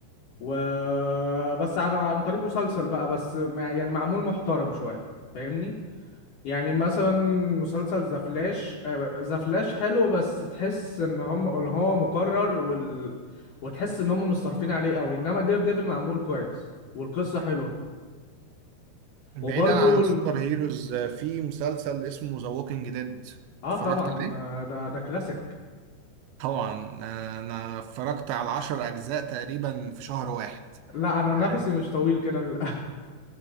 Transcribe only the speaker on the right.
بعيدا
عن السوبر
هيروز آه، في مسلسل اسمه ذا ووكينج ديد
اتفرجت
عليه؟
طبعا آه، أنا اتفرجت على عشر أجزاء تقريبا في شهر واحد
يعني.